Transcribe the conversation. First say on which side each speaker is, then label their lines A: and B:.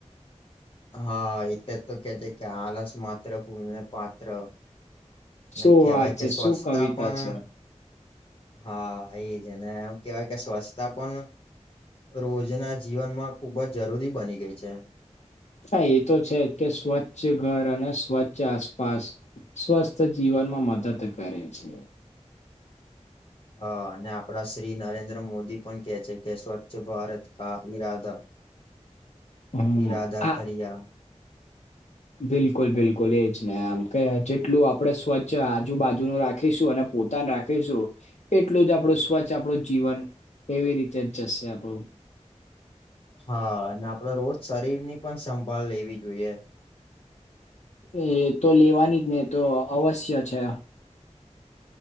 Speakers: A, on the left; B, on the left.
A: હા એટલે તો કે છે કે આળસ માત્ર ભૂલને પા ત્ર અને
B: શું
A: કેવાય
B: વાત છે
A: કે
B: શું
A: સ્વચ્છતા
B: કવિતા
A: પણ
B: છે હા
A: હા એજ ને એમ કેવાય કે સ્વચ્છતા પણ રોજના જીવનમાં ખુબ જ જરૂરી બની ગઈ છે.
B: હા એ તો છે જ કે સ્વચ્છ ઘર અને સ્વચ્છ આસપાસ સ્વસ્થ જીવનમાં મદદ કરે છે.
A: હ અને આપડા શ્રી નરેન્દ્ર મોદી પણ કે છે કે સ્વચ્છ ભારત કા ઈરાદા
B: હમ
A: ઈરાદા
B: હા
A: કરિયા.
B: બિલકુલ બિલકુલ એજ ને આમ કે જેટલું આપડે સ્વચ્છ આજુબાજુ નું રાખીશું અને પોતાન રાખે છે એટલું જ આપણું સ્વચ્છ આપણું જીવન એવી રીતે જ જશે આપણું.
A: હા અને આપડે રોજ શરીરની પણ સંભાળ લેવી જોઈએ.
B: એ તો લેવાની જની જ ને તો અવશ્ય છે.